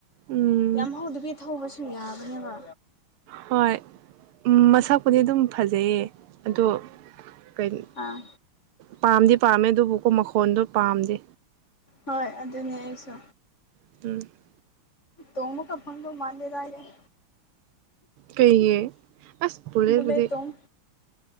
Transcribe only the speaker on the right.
ꯎꯝ
ꯍꯣꯏ ꯎꯝ ꯃꯁꯛ ꯄꯨꯗꯤ ꯑꯗꯨꯝ ꯐꯖꯩꯌꯦ ꯑꯗꯣ ꯀꯩꯟ
ꯄꯥꯝꯗꯤ ꯄꯥꯝꯃꯦ ꯑꯗꯨꯕꯨꯀꯣ ꯃꯈꯣꯟꯗꯣ ꯄꯥꯝꯗꯦ
<unintelligible>
ꯀꯩꯒꯤ ꯑꯁ ꯄꯨꯂꯦꯠꯄꯨꯗꯤ